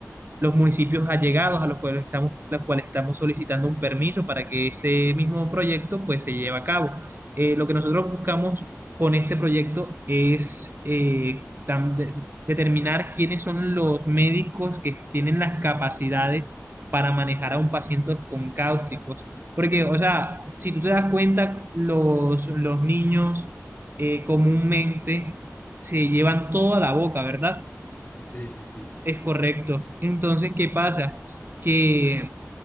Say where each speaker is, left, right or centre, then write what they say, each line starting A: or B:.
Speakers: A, on the right; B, on the left.
A: los municipios allegados a los cuales estamos, los cuales estamos solicitando un permiso para que este mismo proyecto pues se lleve a cabo. Eh, lo que nosotros buscamos con este proyecto es eh, tam- de- determinar quiénes son los médicos que tienen las capacidades para manejar a un paciente con cáusticos. Porque, o sea, si tú te das cuenta, los, los niños eh, comúnmente se llevan toda la boca, ¿verdad?
B: Sí, sí, sí.
A: Es correcto. Entonces, ¿qué pasa? Que eh,